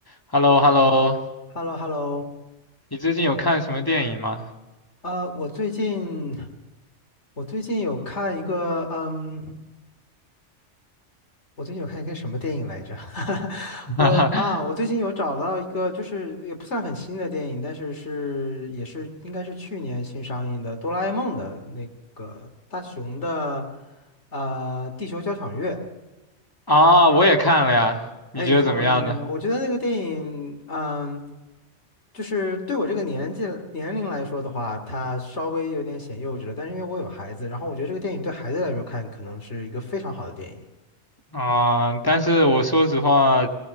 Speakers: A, on the left (about 20°); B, on the left (about 70°).
A: h e l l o h e l l o
B: h e l l o h e l l o
A: 你最近有看什么电影吗？
B: 呃，我最近我最近有看一个，嗯，我最近有看一个什么电影来着？<laughs>
A: <laughs>
B: 我啊，我最近有找到一个，就是也不算很新的电影，但是是也是应该是去年新上映的《哆啦 A 梦》的那个大雄的，呃，地球交响乐。
A: 啊，我也看了呀，你觉得怎么样呢？
B: 哎，你看过那个吗？我觉得那个电影，嗯，就是对我这个年纪年龄来说的话，它稍微有点显幼稚了。但是因为我有孩子，然后我觉得这个电影对孩子来说看，可能是一个非常好的电影。
A: 啊、但是我说实话，